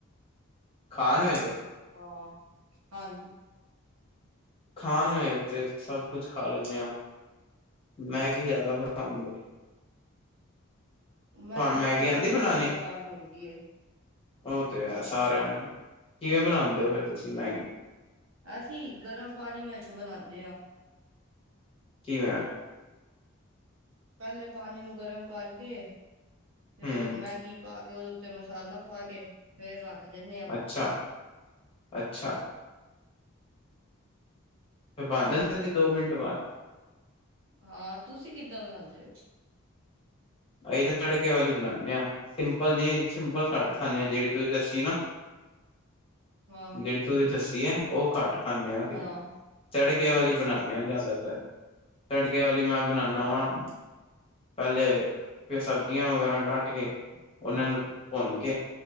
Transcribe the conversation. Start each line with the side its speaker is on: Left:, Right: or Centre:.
Left: ਖਾਣ ਵਿੱਚ
Right: ਹਾਂ ਹਾਂਜੀ
Left: ਖਾਣ ਵਿਚ, ਸਭ ਕੁੱਝ ਖਾ ਲੈਨੇ ਆਂ ਮੈਂ ਕੀ ਜ਼ਿਆਦਾ ਪਸੰਦ ਤੁਹਾਨੂੰ
Right: ਮੈਗੀ ਤੇ ਯਾਰ,
Left: ਆਂਦੀ
Right: ਬੱਚੇ
Left: ਬਣਾਣੀ
Right: ਨੂੰ ਪਸੰਦ ਹੁੰਦੀ ਹੈ
Left: ਉਹ ਤੇ ਹੈ ਸਾਰਿਆਂ ਨੂੰ, ਕਿਵੇਂ ਬਣਾਉਂਦੇ ਹੋ ਫਿਰ ਤੁਸੀਂ ਮੈਗੀ
Right: ਹਾ, ਅਸੀਂ ਗਰਮ ਪਾਣੀ ਵਿੱਚ ਬਣਾਉਂਦੇ ਹਾਂ
Left: ਕੀ ਹੋਇਆ
Right: ਪਹਿਲੇ ਪਾਣੀ ਨੂੰ ਗਰਮ ਕਰਕੇ ਫੇਰ
Left: ਹੂੰ
Right: ਮੈਗੀ ਪਾ ਕੇ ਉਹਦੇ ਤੇ ਮਸਾਲਾ ਪਾ ਕੇ ਫੇਰ ਰੱਖ ਦੇਨੇ
Left: ਅੱਛਾ ਅੱਛਾ। ਬਣ
Right: ਹੋਰ
Left: ਜਾਂਣੀ ਸੀ, ਦੋ ਮਿੰਟ ਬਾਅਦ।
Right: ਹਾਂ, ਤੁਸੀਂ ਕਿੱਦਾਂ ਬਣਾਉਂਦੇ ਓ।
Left: ਅਸੀ ਤਾਂ ਤੜਕੇ ਵਾਲੀ ਬਣਾਉਂਦੇ ਆ, ਸਿੰਪਲ ਨਹੀਂ ਸਿੰਪਲ
Right: ਅੱਛਾ
Left: ਘੱਟ ਖਾਂਦੇ ਆ, ਜਿਹੜੀ ਤੁਸੀਂ ਦੱਸੀ ਨਾ,
Right: ਹਾਂ
Left: ਜਿਹੜੀ ਤੂੰ ਦੱਸੀ ਏ ਨਾ, ਉਹ ਘੱਟ ਖਾਂਦੇ ਆ ਅਸੀਂ,
Right: ਹਾਂ
Left: ਝੜਕੇ ਵਾਲੀ
Right: ਅੱਛਾ
Left: ਬਣਾਉਂਦੇਨੇ ਆ, ਜ਼ਿਆਦਾਤਰ। ਤੜਕੇ ਵਾਲੀ ਮੈਂ ਬਣਾਉਦਾ ਵਾਂ, ਪਹਿਲੇ ਫਿਰ ਸਬਜ਼ੀਆਂ ਵਗੈਰਾ ਕੱਟ ਕੇ, ਉਹਨਾਂ ਨੂੰ ਭੁੰਨ ਕੇ